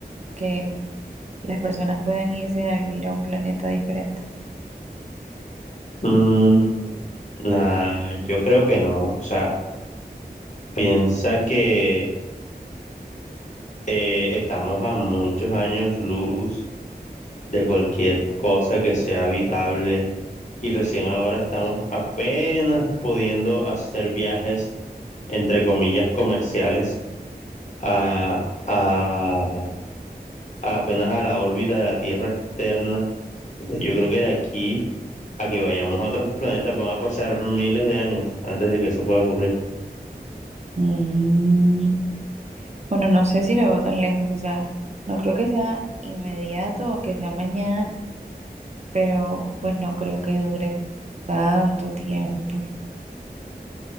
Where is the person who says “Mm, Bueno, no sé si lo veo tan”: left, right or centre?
Right